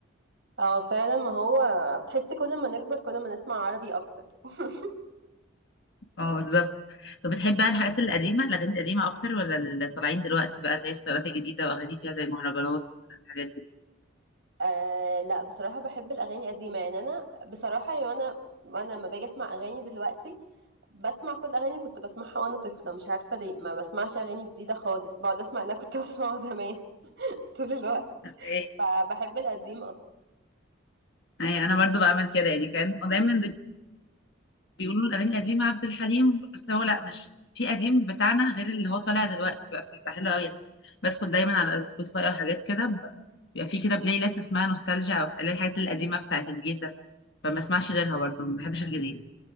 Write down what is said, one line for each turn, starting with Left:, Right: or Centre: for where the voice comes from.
Right: اه فعلا ما هو بتحسي كل ما نكبر كل ما نسمع عربي اكتر <laughs>
Left: اه بالظبط طب بتحب بقى الحاجات القديمة الأغاني القديمة أكتر ولا اللي طالعين دلوقتي بقى اللي هي الستايلات الجديدة وأغاني فيها زي المهرجانات والحاجات دي
Right: آه لا بصراحة بحب الأغاني القديمة يعني أنا بصراحة يعني أنا وأنا لما باجي أسمع أغاني دلوقتي بسمع كل أغاني كنت بسمعها وأنا طفلة مش عارفة ليه ما بسمعش أغاني جديدة خالص بقعد أسمع اللي أنا كنت بسمعه زمان <laughs> طول الوقت
Left: اوكي
Right: فبحب القديم
Left: أي أنا برضو بعمل كده يعني كان دايما بيقولوا الأغاني القديمة عبد الحليم بس هو لأ مش في قديم بتاعنا غير اللي هو طالع دلوقتي بقى فبيبقى حلو أوي يعني بدخل دايما على سبوتيفاي أو حاجات كده ب- بيبقى في كده بلاي ليست اسمها نوستالجيا أو اللي هي الحاجات القديمة بتاعت الجيل ده فما اسمعش غيرها برضو ما بحبش الجديد